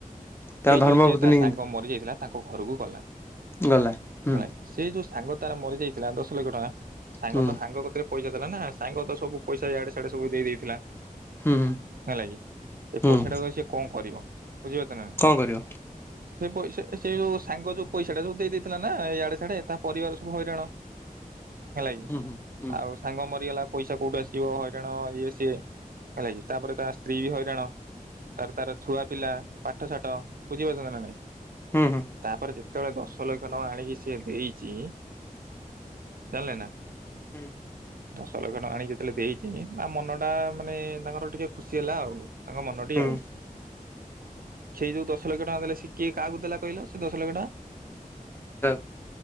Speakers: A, on the left; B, on the right.
A: ତାଙ୍କ
B: ସେଇ
A: ଧର୍ମପତ୍ନୀ
B: ଯୋଉ ଯିଏ ତା ସାଙ୍ଗ ମରି ଯାଇଥିଲା? ତାଙ୍କ ଘରକୁ ଗଲା।
A: ଗଲା ହୁଁ।
B: ହେଲା କି ସେ ଯୋଉ ସାଙ୍ଗ ତାର ମରିଯାଇଥିଲା ଦଶ ଲକ୍ଷ ଟଙ୍କା ସାଙ୍ଗ
A: ହୁଁ
B: ତ ସାଙ୍ଗ କତିରେ ପଇସା ଦେଲା ନା ସାଙ୍ଗ ତ ସବୁ ପଇସା ଇଆଡେ ସଆଡେ ସବୁ ଦେଇ ଦେଇଥିଲା।
A: ହୁଁ
B: ହେଲା କିି ସେ
A: ହୁଁ
B: ପଇସା ଟାକୁ ଆଉ ସେ କଣ କରିବ। ବୁଝିପାରୁଚ ନା ନାଇଁ
A: କଣ କରିବ
B: ସେ ପଇସା ସେଇ ଯୋଉଁ ସାଙ୍ଗ ଯୋଉଁ ପଇସା ଟା ସବୁ ଦେଇ ଦେଇଥିଲା ନା ଇଆଡେ ସଆଡେ ତା ପରିବାର ହଇରାଣ। ହେଲା କିି
A: ହୁଁ ହୁଁ ହୁଁ
B: ଆଉ ସାଙ୍ଗ ମରିଗଲା। ପଇସା କୋଉଠୁ ଆସିବ ହଇରାଣ ଇଏ ସିଏ ହେଲା କିି ତାପରେ ତା ସ୍ତ୍ରୀ ବି ହଇରାଣ ତାର ତାର ଛୁଆ ପିଲା ପାଠ ସାଠ ବୁଝିପାରୁଛ ନା ନାଇଁ।
A: ହୁଁ ହୁଁ
B: ତାପରେ ଯେ ଯେତେବେଳେ ଦଶ ଲକ୍ଷ ଟଙ୍କା ଆଣିକି ସିଏ ଦେଇଚି ଜାଣିଲ ନା।
A: ହୁଁ।
B: ଦଶ ଲକ୍ଷ ଟଙ୍କା ଆଣି ଯେତେବେଳେ ଦେଇଛି ତା ମନ ଟା ମାନେ ତାଙ୍କର ଟିକେ ଖୁସି ହେଲା ଆଉ। ତାଙ୍କ ମନଟି
A: ହୁଁ ହୁଁ
B: ଆଉ। ସେଇ ଯୋଉ ଦଶ ଲକ୍ଷ ଟଙ୍କା ଦେଲେ ସିଏ କିଏ କାହାକୁ ଦେଲା କହିଲ ସେ ଦଶ ଲକ୍ଷ ଟଙ୍କା?
A: କାହାକୁ।